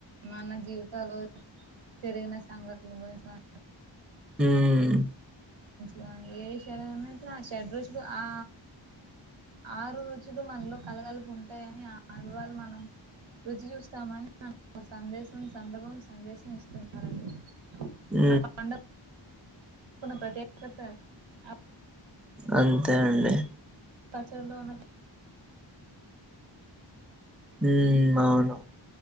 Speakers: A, on the right; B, in the centre.
A: మన జీవితాలు జరిగిన సంఘటలన గురించి కాని
B: ఊమ్
A: గాని ఏ విషాలన్నా ఆ షెడ్ రుచులు ఆ ఆరు రుచులు మనలో కలగలిపి ఉంటాయని ఆడవాళ్ళు మనం రుచి జుస్తామని సందేశం సందర్భం సందేశం ఇస్తున్నారండి
B: మ్
A: ఆ పండుగకున్న ప్రత్యేకత అప్
B: అంతే అండి
A: పచ్చడిలో ఉన్న
B: ఉమ్ అవును